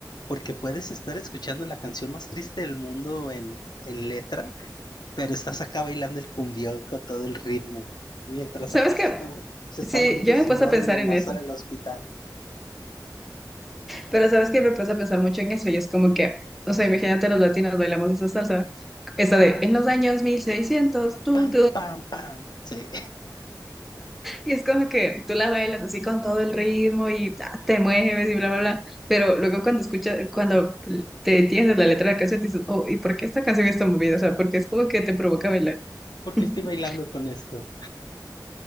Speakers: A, on the left; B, in the centre.
A: porque puedes estar escuchando la canción más triste del mundo en, en letra, pero estás acá bailando el cumbión con todo el ritmo, mientras
B: ¿Sabes
A: acá
B: qué?
A: se está, se está
B: Sí,
A: muriendo
B: yo
A: Simón
B: me he puesto a pensar
A: en el
B: en eso.
A: sala del hospital.
B: Pero ¿sabes qué? Me he puesto a pensar mucho en eso. Y es como que, o sea, imagínate los latinos bailamos esa salsa. Esa de, en los años 1600,
A: Entonces,
B: tú,
A: Pam, pam, pam. Sí.
B: Y es como que tú la bailas así con todo el ritmo y ta, te mueves y bla, bla, bla. Pero luego cuando escuchas, cuando te entiendes la letra de la canción, dices, oh, ¿y por qué esta canción está movida? O sea, porque es como que te
A: ¿Por
B: provoca bailar.
A: por
B: <laughs>
A: qué estoy bailando con esto?